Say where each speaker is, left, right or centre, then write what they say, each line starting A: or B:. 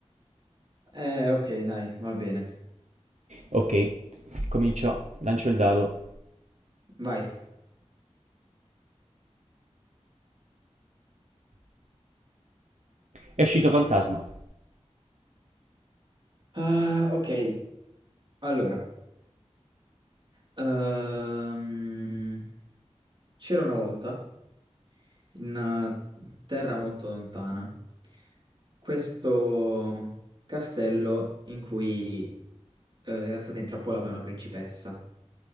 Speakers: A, on the right; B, on the right.
A: Eh, ok, dai, va bene.
B: Ok, comincio, lancio il dado.
A: Vai.
B: È uscito fantasma.
A: Ah, ok. Allora, ehm, c'era una volta in una terra molto lontana questo castello in cui eh, era stata intrappolata una principessa.